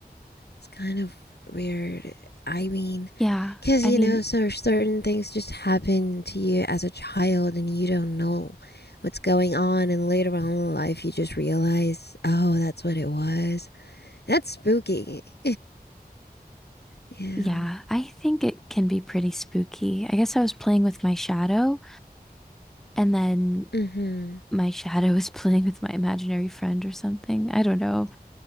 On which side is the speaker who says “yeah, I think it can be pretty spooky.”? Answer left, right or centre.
Centre